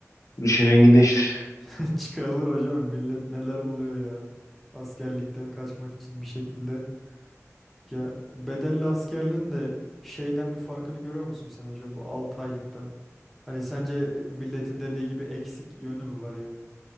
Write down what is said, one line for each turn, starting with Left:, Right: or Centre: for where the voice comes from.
Left: İşin rengini değiştir.
Centre: <laughs> Çıkarılır hocam. Millet neler buluyor ya. Askerlikten kaçmak için bir şekilde. Ya bedelli askerliğin de şeyden bir farkını görüyor musun sen hocam? Bu 6 aylıktan. Hani sence milletin dediği gibi eksik yönü mü var yani?